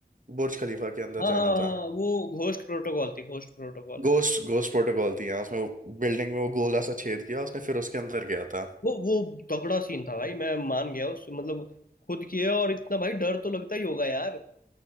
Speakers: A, on the right; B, on the left.
A: बुर्ज खलीफा के अंदर
B: हाँ हाँ
A: जाना था
B: हाँ वो घोस्ट प्रोटोकॉल थी घोस्ट प्रोटोकॉल
A: गोस्ट गोस्ट प्रोटोकॉल थी यहाँ उसमें बिल्डिंग में वो गोला सा छेद किया उसने फिर उसके अंदर गया था
B: वो वो तगड़ा सीन था भाई मैं मान गया उस मतलब खुद किया और इतना भाई डर तो लगता ही होगा यार